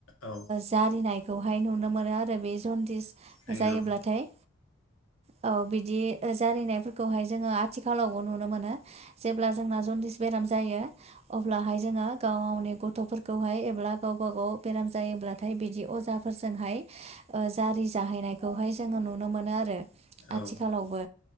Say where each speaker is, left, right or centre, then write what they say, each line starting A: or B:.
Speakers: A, on the left; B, on the right.
A: औ
B: जारिनायखौहाय नुनो मोनो आरो बे जन्दिस
A: नंगौ
B: जायोब्लाथाय औ बिदि जारिनायफोरखौहाय जोंङो थि खालावबो नुनो मोनो जेब्ला जोंना जन्दिस बेराम जायो। अब्लाहाय जोंङो गाव गावनि गथ'फोरखौहाय एब्ला गावबा गाव बेराम जायोब्लाथाय बिदि अजा फोरजोंहाय ओ जारि जाहैनाय खौहाय जोंङो नुनो मोनो आरो
A: औ
B: आथिखालावबो।